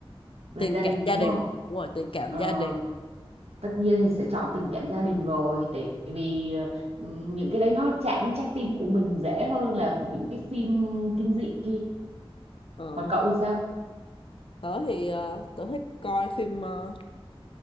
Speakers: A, on the right; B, on the left.
A: về
B: tình
A: gia
B: cảm
A: đình
B: gia
A: đúng
B: đình
A: không
B: đúng rồi tình cảm
A: ờ,
B: gia đình
A: tất nhiên thì sẽ chọn tình cảm gia đình rồi tại vì ừ, những cái đấy nó chạm đến trái tim của mình dễ hơn là những cái phim kinh dị kia
B: Ờ,
A: còn cậu thì sao
B: tớ thì ờ, tớ thích coi phim ờ,